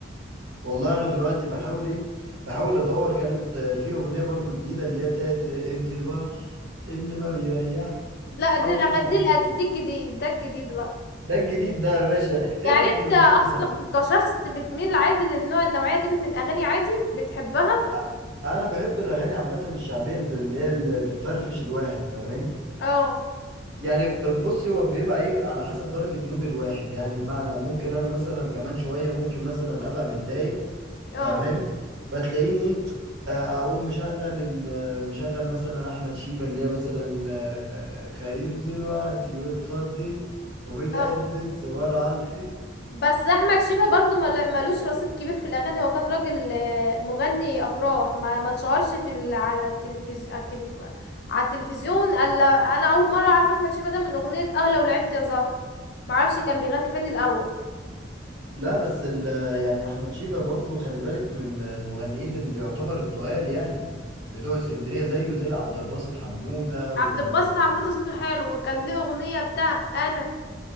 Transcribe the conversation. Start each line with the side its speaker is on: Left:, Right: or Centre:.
Right: والله انا دلوقتي بحاول ايه بحاول ادور كانت آه، في اغنيه برضو جديده اللي هي بتاعت آه، انت الوحش اللي ما بيريحش
Left: لا
Right: حاولوا
Left: دي الأغاني-
Right: ما-
Left: دي القد- دي الجديد ده الجديد بقى
Right: ده الجديد ده يا باشا ايه
Left: يعني
Right: رايك
Left: انت
Right: في الاغنيه دي صحيح
Left: كشخص بتميل عادي للنوع النوعية دي من الأغاني عادي بتحبها
Right: أ- انا بحب الاغاني عامه الشعبيه اللي اللي هي اللي بتفرفش الواحد فاهماني
Left: اه
Right: يعني بصي هو بيبقى ايه على حسب درجة مود الواحد يعني بمعنى ممكن انا مثلا كمان شوية ممكن مثلا ابقى متضايق
Left: اه
Right: فاهماني فتلاقيني ايه آه، اقوم مشغل ال- مشغل مثلا احمد شيبة اللي هي مثلا آه، آه، آه، خايف دلوقتي واتخضي وبتعد
Left: اه
Right: الصور على الحيط
Left: بس أحمد شيبة برضو مل- ملوش رصيد كبير في الأغاني هو كان راجل آه، مغني أفراح ما ما اتشهرش في ال... على التلفزيون على التلف... على التلفزيون ألا أنا أول مرة أعرف أحمد شيبة ده من أغنية اه لو لعبت يا زهر معرفش كان بيغني فين الأول
Right: لا بس ال- يعني احمد شيبة برضو خلي بالك من المغنيين اللي يعتبر التقال يعني بتوع اسكندرية زيه زي عبد الباسط حمودة و...
Left: عبد الباسط
Right: و... و...
Left: حموته صوته حلو وكان ليه أغنية بتاع أنا